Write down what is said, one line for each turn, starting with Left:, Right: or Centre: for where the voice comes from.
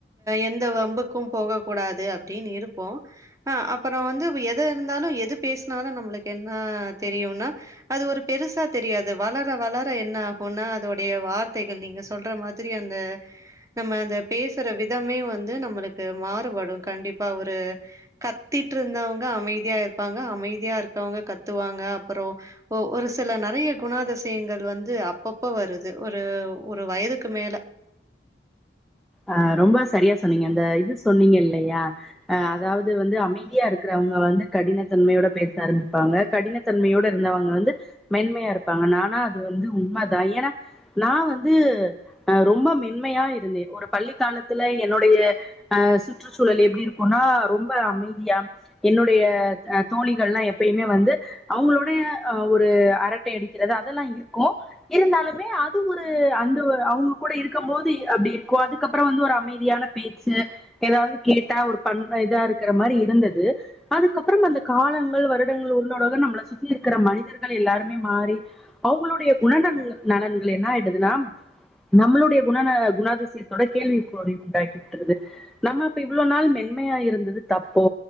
Right: எந்த வம்புக்கும் போக கூடாது அப்படின்னு இருப்போம் ஆஹ அப்புறம் வந்து எத இருந்தாலும் எது பேசினாலும் நம்மளுக்கு என்ன தெரியும்னா அது ஒரு பெருசா தெரியாது வளர வளர என்ன ஆகும்னா அதோடைய வார்த்தைகள் நீங்க சொல்ற மாதிரி அந்த நம்ம அந்த பேசுற விதமே வந்து நம்மளுக்கு மாறுபடும் கண்டிப்பா ஒரு கத்தட்டு இருந்தவங்க அமைதியா இருப்பாங்க அமைதியா இருக்கவங்க கத்துவாங்க அப்புறம் ஒ-ஒரு சில நிறைய குணதிசயங்கள் வந்து அப்பப்போ வருது ஒரு-ஒரு வயதுக்கு மேல
Centre: அஹ் ரொம்ப சரியா சொன்னீங்க அந்த இது சொன்னீங்க இல்லையா அதாவது அது வந்து அமைதியா இருக்கிறவங்க வந்து கடினத்தன்மையோட பேச ஆரம்பிப்பாங்க கடினத்தன்மையோட இருந்தவங்க வந்து மென்மையா இருப்பாங்க நானா அது வந்து உண்மை தான் ஏன்னா நான் வந்துஹ ரொம்ப மென்மையா இருந்தே ஒரு பள்ளிக்காலத்துல என்னுடைய அஹ் சுற்றுச்சூழல் எப்டி இருக்கும்னா ரொம்ப அமைதியா என்னுடைய தோழிகள்ல்லா எப்பயுமே வந்து அவங்களோட அஹ் ஒரு அரட்டை அடிக்கிறது அதெல்லாம் இருக்கு இருந்தாலுமே அது ஒரு அந்த அவங்க கூட இருக்கும் போது அப்படி இரு அதுக்கப்புறம் வந்து ஒரு அமைதியான பேச்சு ஏதாவது கேட்டா ஒரு பண் இதா இருக்கிற மாதிரி இருந்தது அதுக்கப்புறம் அந்த காலங்கள் வருடங்கள் உள்ளோடாக நம்மளை சுத்தி இருக்கிற மனிதர்கள் எல்லாருமே மாறி அவங்களுடைய குணந- நலன்கள் என்ன ஆகிடுதுன்னா நம்மளுடைய குண விஷயத்தொட கேள்வி <unintelligible> உண்டாக்கி விட்டுது நம்மப்ப இவ்வளவு நாள் மென்மையா இருந்தது தப்போ